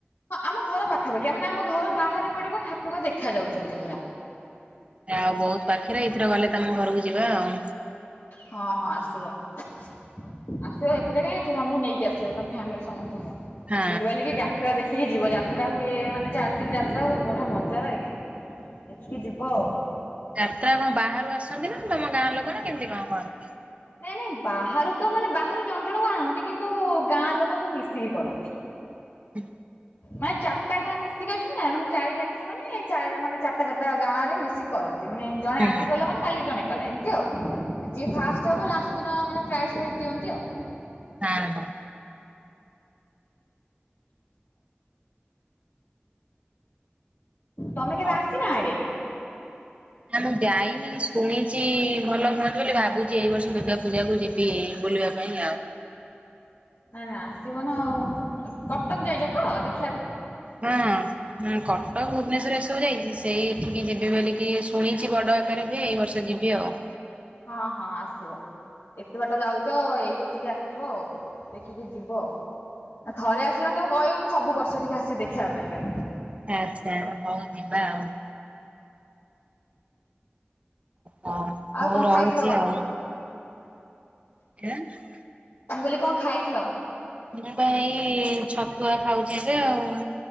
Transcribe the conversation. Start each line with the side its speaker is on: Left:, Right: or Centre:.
Left: ହଁ ଆମ ଘର ପାଖାପାଖି ଆ ମାନେ ଆମ ଘର ବାହାରେ ପଡିବ ଠାକୁର ପୁରା ଦେଖାଯାଉଚନ୍ତି ପୁରା।
Right: ୟା ବହୁତ୍ ପାଖରେ ଏଇଥର ଗଲେ ତମ ଘରକୁ ଯିବା ଆଉ।
Left: ହଁ ହଁ ଆସିବ। ଆସିବ ଏକୁଟିଆ କାଇଁ ଆସିବ। ସନମଙ୍କୁ ନେଇକି ଆସିବ। ତମ ଫ୍ୟାମିଲି ସମସ୍ତଙ୍କୁ
Right: ହଁ।
Left: ବୁଲିବାଲିକି ଯା ଯାତ୍ରା ଦେଖିକି ଯିବ। ଯାତ୍ରା ହୁଏ ମାନେ ଚାରି ଦିନ ଯାତ୍ରା ହୁଏ ବଢିଆ ମଜା ଲାଗେ। ଦେଖିକି ଯିବ ଆଉ।
Right: ଯାତ୍ରା କଣ ବାହାରୁ ଆସନ୍ତି ନା ତମ ଗାଁ ଲୋକ ନା କେମିତି କଣ କରନ୍ତି?
Left: ନାଇଁ ନାଇଁ ବାହାରୁ ତ ମାନେ ବାହାରୁ ଜଣ ଜଣଙ୍କୁ ଆଣନ୍ତି, କିନ୍ତୁ ଗାଁ ଲୋକ ସବୁ ମିଶିକି କରନ୍ତି।
Right: ହଁ
Left: ମାନେ ଚାରିଟା ଗାଁ ମିଶିକି ଅଛ ନା, ମାନେ ଚାରି ରାତ୍ରୀ ମାନେ ମାନେ ଚାରିଟା ଚାରିଟା ଗାଁରେ ମିଶିକି କରନ୍ତି, ମାନେ ଜଣେ
Right: ହୁଁ
Left: ଆଜି କଲା ମାନେ, କାଲି ଜଣେ କଲା ଏମିତି ଆଉ ଯିଏ ଫାଷ୍ଟ ହବ ଲାଷ୍ଟ ଦିନ ମାନେ ପ୍ରାଇଜ ଫାଇଜ ଦିଅନ୍ତି ଆଉ
Right: ହଁ ହଁ
Left: ତମେ
Right: ହଁ
Left: କେବେ ଆସିନା ଆଡେ
Right: ନା ମୁଁ ଯାଇନି ଶୁଣିଛି ଭଲ ହୁଅନ୍ତି ବୋଲି, ଭାବୁଛି ଏଇ ବର୍ଷ ଦୁର୍ଗା ପୂଜା କୁ ଯିବି ବୁଲିବାକୁ <unintelligible>
Left: ନାଇ ନାଇଁ ଆସିବ ନା ଆଉ କଟକ ଯାଇଛ ତ ଦେଖ
Right: ହଁଁ କଟକ
Left: ହଁ
Right: ଭୁବନେଶର ଏସବୁ ଯାଇଛି। ସେଇଠିକି ଯିବି ବୋଲିକି ଶୁଣିଛି ବଡ଼ ଆକାରରେ ହୁଏ, ଏଇ ବର୍ଷ ଯିବି ଆଉ
Left: ହଁ ହଁ ଆସିବ, ଏତେ ବାଟ ଯାଉଛ, ଏଇଠୁ ଟିକେ ଆସିବ ଆଉ ଦେଖିକି ଯିବ ଆଉ, ଥରେ ଆସିଲେନା ତମ କହିବ ମୁଁ ସବୁ ବର୍ଷ ଟିକେ ଆସିବି ଦେଖିବା ପାଇଁକା
Right: ଆଛା, ହଉ ଯିବା ଆଉ ହ
Left: ଆଉ
Right: ମୁଁ
Left: କଣ
Right: ରହୁଛି
Left: ଖାଇ ଥିଲ କଣ
Right: ଆଉ <unintelligible>
Left: ମୁଁ କହିଲି କଣ ଖାଇଥିଲ?
Right: ମୁଁ ବା ହେଇ ଛତୁଆ ଖାଉଛି ଏବେ ଆଉ